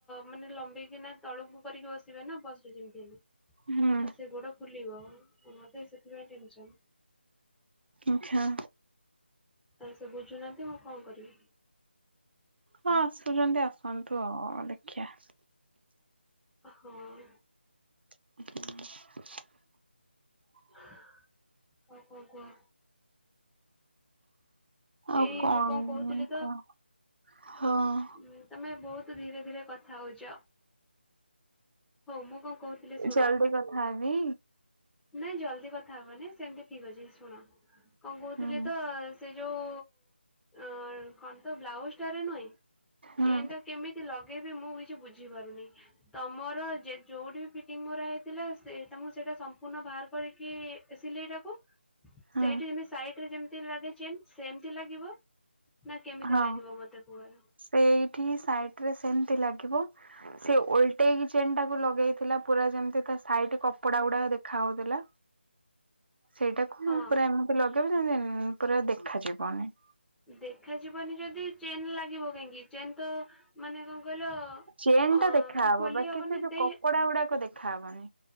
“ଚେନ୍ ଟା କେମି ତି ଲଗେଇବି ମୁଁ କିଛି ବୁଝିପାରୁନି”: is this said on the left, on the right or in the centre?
Centre